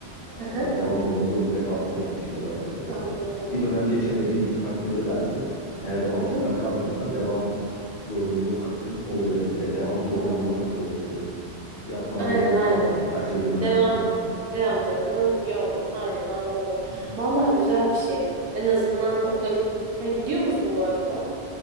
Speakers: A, on the left (about 80°); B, on the right (about 65°).
A: e,
B: Hı hı.
A: devam zorunluluğu bizde kalktı yani şey olarak. E,
B: Anladım.
A: bir dönem geçemediğin takdirde dersi eğer devamsızlıktan
B: Hı hı.
A: kalmadıysan devam zorunluluğu hakkın oluyor. Yani de, devam zorunluluğu
B: Aa.
A: hak, e, yapmana
B: Aynen
A: gerek
B: aynen.
A: kalmıyor. Yani derslere girmene
B: Devam
A: katılman
B: devam
A: gerek
B: zorunlu
A: yok.
B: olmuyor. Aynen anladım.
A: Hı hı.
B: Vallahi güzel bir şey. En azından okula git. Ha, gidiyor musun bu arada?